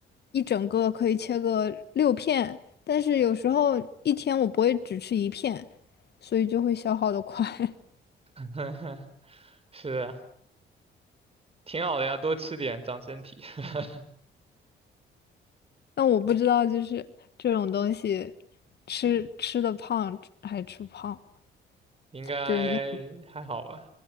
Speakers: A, on the left; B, on the right.
A: 一整个可以切个六片，但是有时候一天我不会只吃一片，所以就会消耗的快。<laughs>
B: <laughs> 是。挺好的呀，多吃点长身体，<laughs>
A: 但我不知道就是这种东西吃吃的胖还吃不胖，
B: 应该还好吧。
A: 就是面